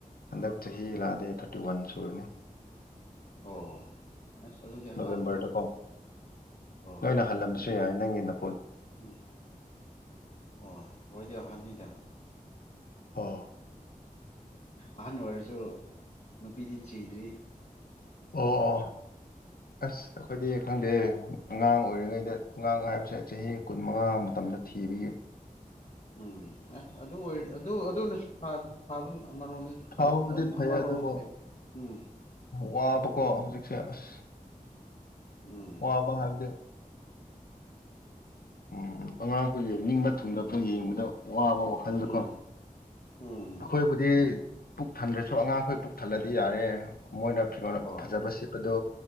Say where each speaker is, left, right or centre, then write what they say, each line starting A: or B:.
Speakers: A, on the left; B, on the left.
A: ꯍꯟꯗꯛ ꯆꯍꯤ ꯂꯥꯛꯑꯗꯤ ꯊꯥꯔꯇꯤ ꯋꯥꯟ ꯁꯨꯔꯅꯤ
B: ꯑꯣ ꯑꯁ ꯑꯗꯨꯗꯤ ꯑꯉꯥꯡꯅꯤꯅ
A: ꯅꯣꯕꯦꯝꯕꯔꯗꯀꯣ
B: ꯑꯣ
A: ꯅꯣꯏꯅ ꯍꯜꯂꯝꯕꯁꯨ ꯌꯥꯏ ꯅꯪꯅ
B: ꯎꯝ ꯍ ꯍꯣꯏꯖ ꯍꯅꯤꯗ
A: ꯑꯣ
B: ꯑꯍꯟ ꯑꯣꯏꯔꯁꯨ ꯅꯨꯄꯤꯗꯤ ꯊꯤꯗ꯭ꯔꯤ
A: ꯑꯣ ꯑꯁ ꯑꯩꯈꯣꯏꯗꯤ ꯈꯪꯗꯦ ꯑꯉꯥꯡ ꯑꯣꯏꯔꯤꯉꯩꯗ ꯑꯉꯥꯡ ꯍꯥꯏꯕꯁꯦ ꯆꯍꯤ ꯀꯨꯟ ꯃꯉꯥ ꯃꯇꯝꯗ ꯊꯤꯕꯒꯤ
B: ꯎꯝ ꯑꯦ ꯑꯗꯨ ꯑꯣꯏ ꯑꯗꯨ ꯑꯗꯨꯅꯁꯨ ꯐꯥꯕ ꯑꯥ ꯔꯣꯝꯗꯗꯤ
A: ꯐꯕꯕꯨꯗꯤ ꯐꯩ
B: ꯑꯥ
A: ꯑꯗꯨꯕꯨ
B: ꯔꯣꯝꯗ ꯍꯥꯏꯕ ꯎꯝ
A: ꯋꯥꯕꯀꯣ ꯍꯧꯖꯤꯛꯁꯦ ꯑꯁ
B: ꯎꯝ
A: ꯋꯥꯕ ꯍꯥꯏꯕꯗꯤ ꯎꯝ ꯑꯉꯥꯡꯈꯣꯏꯖꯦ ꯅꯤꯡꯕ ꯊꯨꯡꯗꯕ ꯌꯦꯡꯕꯗ ꯋꯥꯕ ꯋꯥꯈꯜꯗꯀꯣ
B: ꯎꯝ ꯎꯝ
A: ꯑꯩꯈꯣꯏꯕꯨꯗꯤ ꯄꯨꯛ ꯊꯟꯗ꯭ꯔꯁꯨ ꯑꯉꯥꯡꯈꯣꯏ ꯄꯨꯛ ꯊꯜꯂꯗꯤ ꯌꯥꯔꯦ ꯃꯣꯏꯅ ꯐꯤꯔꯣꯜ
B: ꯍꯣꯏ
A: ꯐꯖꯕ ꯁꯦꯠꯄꯗꯨ